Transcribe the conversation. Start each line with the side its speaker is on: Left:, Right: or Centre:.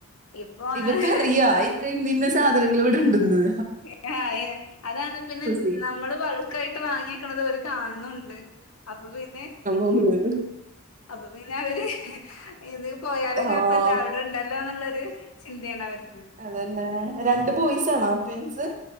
Left: ഇപ്പൊ ആഹ്
Right: ഇവർക്കറിയാ ഇത്രയും ഭിന്ന സാധനങ്ങളി വിടെണ്ടന്ന്
Left: എ ആയി അതാണ് പിന്നെ ന്ന
Right: ചെയ്യും
Left: നമ്മള് പൾക്കായിട്ട് വാങ്ങിയക്കണത് വര് കാണുന്നുണ്ട് അപ്പൊ പിന്നെ
Right: ഓനിന്നെ ന്
Left: അപ്പൊ പിന്നെ അവര് എ ഇത് പോയാലും കുഴപ്പല്ല
Right: ആ
Left: അവിടുണ്ടല്ലോന്നുള്ളരു ചിന്തണ് അവര്
Right: അതന്നെ രണ്ട് ബോയ്സാണോ ട്വിൻസ്